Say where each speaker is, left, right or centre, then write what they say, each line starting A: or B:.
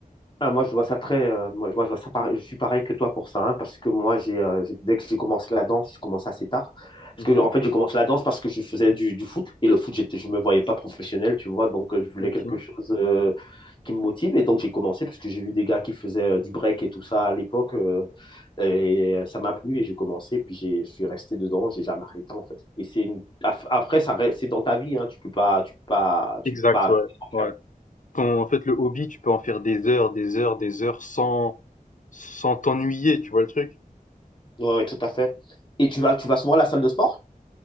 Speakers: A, on the left; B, on the left.
A: Ah, moi, je vois ça très. euh, moi, moi, je vois ça pareil- je suis pareil que toi pour ça, hein, parce que moi, j'ai, euh, j'ai- dès que j'ai commencé la danse, j'ai commencé assez tard. Parce
B: Mhm,
A: que, en fait, j'ai commencé la danse parce que je faisais du, du foot, et le foot, j'étais, je me voyais pas professionnel, tu vois, donc euh, je voulais
B: ok.
A: quelque chose euh, qui me motive, et donc j'ai commencé, parce que j'ai vu des gars qui faisaient euh, du break et tout ça à l'époque, euh, et euh, ça m'a plu, et j'ai commencé, puis j'ai, je suis resté dedans, j'ai jamais arrêté, en fait. Et c'est une- af- après, ça, reste- c'est dans ta vie, hein, tu peux pas, tu peux pas, tu
B: Exact,
A: peux pas. arrêter
B: ouais.
A: d'en
B: Ouais.
A: faire.
B: Ton- en fait, le hobby, tu peux en faire des heures, des heures, des heures sans, sans t'ennuyer, tu vois le truc?
A: Ouais, ouais, tout à fait. Et tu vas, tu vas souvent à la salle de sport?